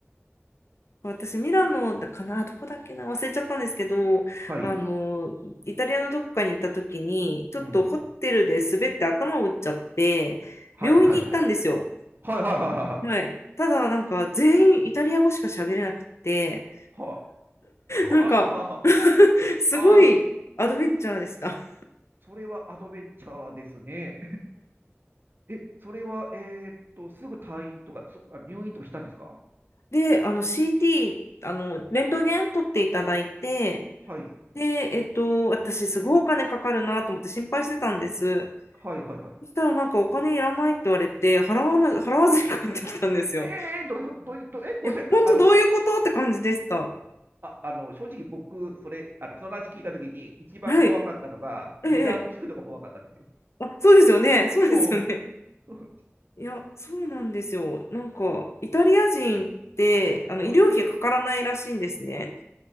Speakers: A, on the left; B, on the right.
A: 私、ミラノだかな、どこだっけな、忘れちゃったんですけど、
B: はい。
A: あの、イタリアのどこかに行った時に、ちょっとホテルで滑って頭を打っちゃって、
B: うん。はい、
A: 病院に行ったんですよ。
B: はい、はい。はい、はい、はい、はい。
A: はい。ただ、なんか、全員イタリア語しか喋れなくて、
B: はい。は
A: なんか <laughs> すごいアドベンチャーでした。
B: あ、ああ、それはアドベンチャーですね。え、それは、えーっと、すぐ退院とか、そ、あ入院とかしたんですか
A: で、あの CT、あの、レントゲン取っていただいて、
B: はい。
A: で、えっと、私すごいお金かかるなと思って心配してたんです。
B: はい、はい、はい。
A: そしたらなんかお金いらないって言われて、払わな、払わずに帰ってきたんですよ。
B: え、えーどういうこと、どういう、ど、え、ごめんなさい。
A: いや、本当どういうことって感じでした。
B: あの、あ、あの、正直僕、それ、あの、その話聞いたときに、一番怖かったのが、
A: はい。ええ、
B: 値段を聞くのが怖かったんですよ。
A: ええあ、そうですよね。そうですよね。
B: おうおう。<laughs>
A: いや、そうなんですよ。なんか、イタリア人って、あの、
B: は
A: 医療費かからないらしいんですね。